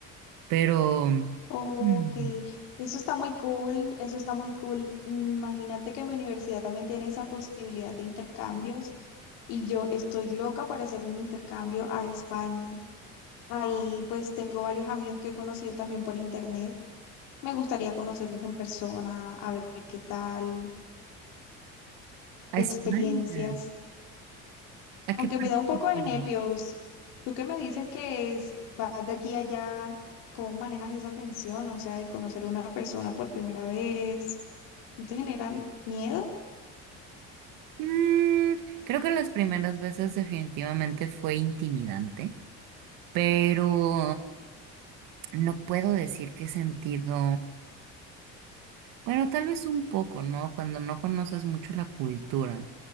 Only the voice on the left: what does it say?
Ok,
eso está muy cool, eso está muy cool. Imagínate que mi universidad también tiene esa posibilidad de intercambios. y yo estoy loca por hacer un intercambio a España. Ahí pues tengo varios amigos que he conocido también por internet. Me gustaría conocerlos en persona, a ver qué tal,
experiencias,
aunque
me da un poco
de nervios. ¿Tú qué me dices que es, vas de aquí a allá? ¿Cómo manejas esa tensión? O sea, de conocer a una persona por primera vez. ¿No te generan miedo?